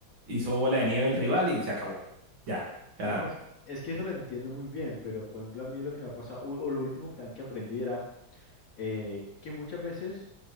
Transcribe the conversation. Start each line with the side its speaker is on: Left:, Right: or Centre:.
Right: hizo bola de nieve el rival y se acabó. Ya, ganaron.
Left: No, es, es que eso lo entiendo muy bien, pero por ejemplo, a mí lo que me ha pasado, o, o lo último que también que aprendí era eh, que muchas veces